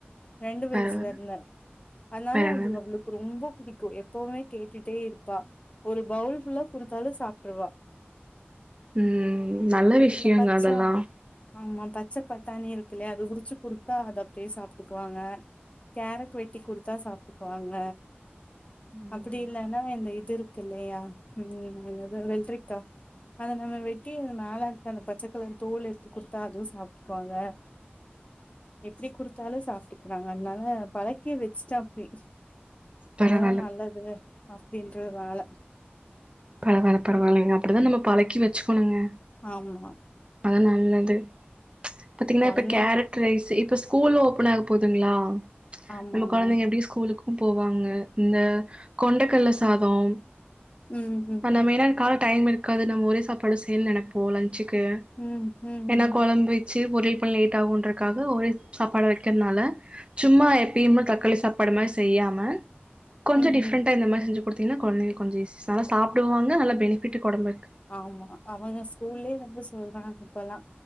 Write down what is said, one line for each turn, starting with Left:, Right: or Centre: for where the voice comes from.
Left: ரெண்டு வயசுலருந்து
Right: பரவால்ல
Left: அதனால
Right: பரவால்ல
Left: அது அவளுக்கு ரொம்போ புடிக்கு எப் எப்போமே கேட்டுட்டே இருப்பா ஒரு பவுல் ஃபுல்லா குடுத்தாலு சாப்ட்டுருவா
Right: ம் நல்ல விஷ்யோங்க
Left: பச்ச
Right: அதெல்லாம்
Left: ஆமா பச்ச பட்டாணி இருக்கில்லய அது உரிச்சு குடுத்தா அது அப்டியே சாப்ட்டுக்குவாங்க கேரட் வெட்டி குடுத்தா சாப்ட்டுக்குவாங்க
Right: ம்
Left: அப்டி இல்லைன்னா இந்த இது இருக்கு இல்லையா ம் என்னது வெள்ரிக்கா அத நம்ம வெட்டி மேலே இருக்க அந்த பச்சக்கலர் தோல எடுத்து குடுத்தா அதுவு சாப்ட்டுக்குவாங்க எப்டி குடுத் தாலு சாப்ட்டுக்கிறாங்க அதுனால பழக்கி வச்ட்டே அப்டி
Right: பரவால்ல
Left: அதெல்லா நல்ல து அப்டின்றதுனால
Right: பரவால்ல பரவால்ல அப்டிதா நம்ம பழக்கி வச்சுக்கணுங்க
Left: ஆமா
Right: அதா நல்லது பாத்தீங்கன்னா
Left: கொழந்தைங்க
Right: இப்ப கேரட் ட் ரைஸ் இப்ப ஸ்கூல் ஓப்பன் ஆகப் போகுதுங்களா
Left: ஆமாங்க
Right: நம்ம கொழந்தைங்க எப்டி ஸ்கூலுக் கு போவாங்க இந்த கொண்டக்கல்ல சாதம்
Left: ம் ம்
Right: அந்த மெயின்னா கால் டைம் இருக்காது நம்ம ஒரே சாப்பாடு செய்னு நெனைப்போ லன்ச்சுக்கு
Left: ம் ம்
Right: ஏன்னா
Left: ம்
Right: கொழம்பு வச்சு பொறியல் பண்ண லேட் ஆகுன்றக்காக ஒரே சாப்பாட வக்கிறனால சும்மா எப்பியுமே தக்காளி சாப்பாடு மாரி செய்யாம கொஞ்ச
Left: ம்
Right: டிஃப்ரண்டா
Left: ம்
Right: இந்த மாரி செஞ்சுக் குடுத்தீங்கன்னா கொழந்தைகளுக்கு கொஞ்ச ஈஸி நல்ல சாப்புடுவாங்க நல்ல பெனிஃபிட்டு ஒடம்புக்கு
Left: ஆமா அவங்க ஸ்கூல்லே வந்து சொல்றாங்க இப்பெல்லா